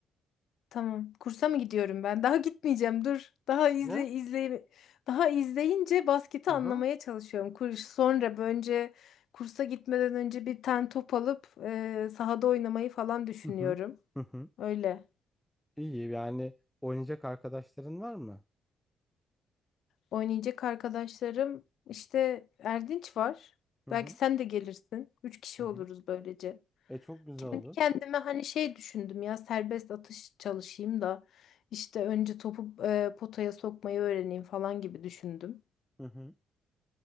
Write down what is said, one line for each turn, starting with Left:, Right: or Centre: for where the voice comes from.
Left: Tamam. Kursa mı gidiyorum ben? <laughs> Daha gitmeyeceğim. Dur. Daha izle
Centre: Ne?
Left: izle daha izleyince basketi
Centre: Hı
Left: anlamaya
Centre: hı.
Left: çalışıyorum. Kurs sonra önce kursa gitmeden önce bir ten top alıp e, sahada oynamayı falan düşünüyorum.
Centre: Hı hı. Hı hı.
Left: Öyle.
Centre: İyi yani oynayacak arkadaşların var mı?
Left: Oynayacak arkadaşlarım işte Erdinç var.
Centre: Hı
Left: Belki
Centre: hı.
Left: sen de gelirsin. Üç kişi
Centre: Hı hı.
Left: oluruz böylece.
Centre: E çok güzel
Left: Kendi
Centre: olur.
Left: kendime hani şey düşündüm ya serbest atış çalışayım da işte önce topu e, potaya sokmayı öğreneyim falan gibi düşündüm.
Centre: Hı hı.